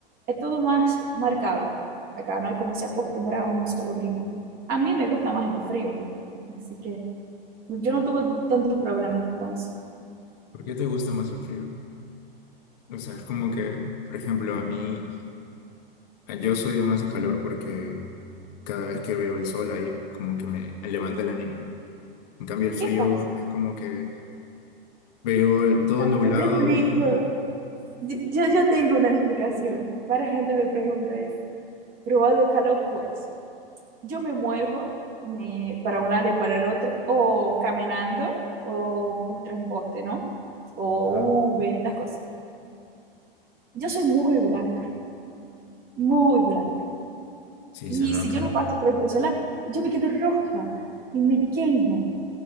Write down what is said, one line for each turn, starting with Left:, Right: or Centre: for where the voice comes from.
Right: es todo más marcado. Acá no hay como se acostumbra a un solo clima. A mí me gusta más el frío, así que yo no tuve tantos problemas con eso.
Left: ¿Por qué te gusta más el frío? O sea, es como que, por ejemplo, a mí, a- yo soy de más de calor porque cada vez que veo el sol ahí como que me, me levanta el ánimo. En cambio, el frío
Right: ¿Qué pasa?
Left: es como que veo el- todo nublado
Right: Te, te explico.
Left: y...
Right: Yo, yo, yo tengo una explicación. Varias gente me pregunta esto. probado de calor, pues. Yo me muevo me- para un lado y para el otro, o caminando, o postre en poste, ¿no? O
Left: Ajá,
Right: V, estas cosas. Yo soy muy blanca, muy blanca.
Left: sí,
Right: Y
Left: se nota.
Right: si yo no paso protector solar, yo me quedo roja y me quemo,